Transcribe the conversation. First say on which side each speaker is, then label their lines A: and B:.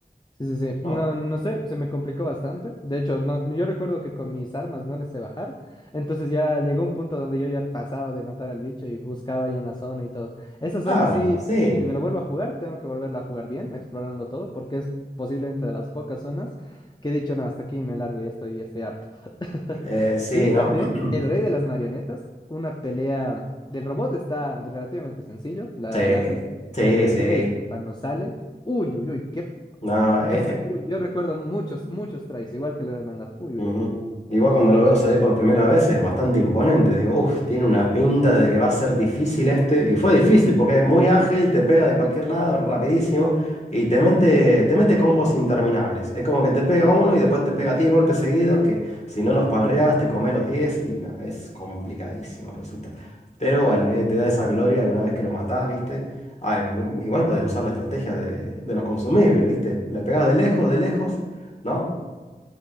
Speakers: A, on the left (about 25°); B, on the left (about 40°).
A: Sí, sí, sí. No,
B: ¿no?
A: no sé, se me complicó bastante. De hecho, no, yo recuerdo que con mis armas no les sé bajar. Entonces ya llegó un punto donde yo ya pasaba de matar al bicho y buscaba ahí en la zona y todo. Esa
B: Claro,
A: zona sí,
B: sí.
A: si me lo vuelvo a jugar, tengo que volverla a jugar bien, explorando todo, porque es posiblemente de las pocas zonas que he dicho, no, hasta aquí me largo, ya estoy, ya estoy harto. <laughs>
B: Eh, sí,
A: Y
B: ¿no?
A: también
B: <clears throat>
A: el rey de las marionetas, una pelea del robot está relativamente sencillo, la,
B: Sí,
A: la haces,
B: sí,
A: pero el
B: sí.
A: rey, cuando sale, uy, uy, uy, qué
B: No, e-
A: Masa, uy, yo recuerdo muchos, muchos tries, igual que la hermandad. Uy,
B: Ujú.
A: uy, uy.
B: Igual cuando lo veo salir por primera vez es bastante imponente. Digo, uff, tiene una pinta de que va a ser difícil este. Y fue difícil porque es muy ágil, te pega de cualquier lado, es rapidísimo. Y te mete, te mete combos interminables. Es como que te pega uno y después te pega 10 golpes seguidos que si no los parreas te come los 10 y no, es complicadísimo resulta. Pero bueno, eh, te da esa gloria que una vez que lo matás, ¿viste? Ay, igual podés usar la estrategia de, de los consumibles, ¿viste? Le pegas de lejos, de lejos, ¿no?